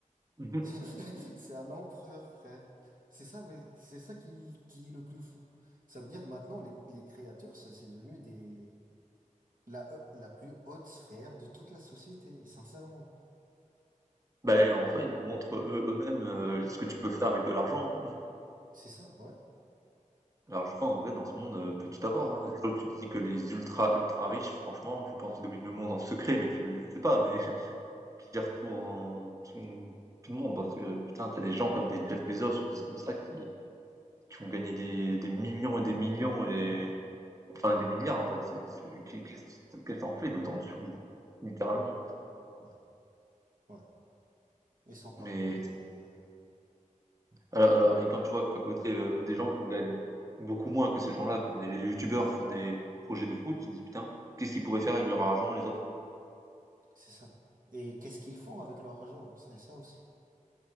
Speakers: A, on the right; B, on the right.
A: Mhm.
B: <laughs> C'est un empereur, frère. C'est ça, mais c'est ça qui, qui est le plus fou. Ça veut dire maintenant les, les créateurs, ça, c'est devenu des, La, euh, la plus haute sphère de toute la société, sincèrement.
A: Ben, en soi, ils nous montrent eux- eux-mêmes euh, ce que tu peux faire avec de l'argent. hein.
B: C'est ça, ouais.
A: L'argent, en vrai, dans ce monde, heu, peut tout avoir, hein. Là où tu dis que les ultra, ultra riches, franchement, je pense qu'ils dominent le monde en secret, mais que tu le sais pas, mais <laughs> qui gèrent tout en
B: Ouais,
A: tout tout le monde. Parce que putain, t'as des gens comme des Jeff Bezos ou des trucs comme ça qui qui ont gagné des des millions et des millions et enfin des milliards, en fait. C'est tu qu'est qu'est-ce qu'est-ce que tu en fais d'autant dessous Littéralement.
B: ouais. ouais. Et sans parler
A: Mais
B: des... ouais,
A: alors alors et quand tu vois qu'à côté, heu, des gens qui ont gagné beaucoup moins que ces gens-là, comme des youtubeurs font des projets de foot, tu te dis: «Putain, qu'est-ce qu'ils pourraient faire avec leur argent, les autres?»
B: C'est ça. Et qu'est-ce qu'ils font avec leur argent? C'est ça aussi.